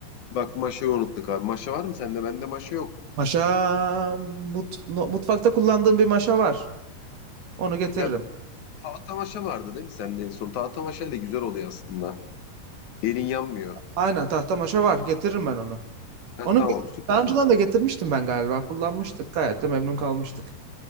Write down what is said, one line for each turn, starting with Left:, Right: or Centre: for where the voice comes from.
Left: Bak maşayı unuttuk abi. Maşa var mı sende? Bende maşa yok.
Right: Maşa mut, no- mutfakta kullandığım bir maşa var. Onu getiririm.
Left: Ya Tahtamaşa vardı değil mi sende en son? Tahtamaşa ile güzel oluyor aslında. Elin yanmıyor.
Right: Aynen tahta maşa var. Getiririm ben onu.
Left: Ha,
Right: Onu
Left: tamam süper
Right: daha önceden
Left: abi.
Right: de getirmiştim ben galiba. Kullanmıştık. Gayet de memnun kalmıştık.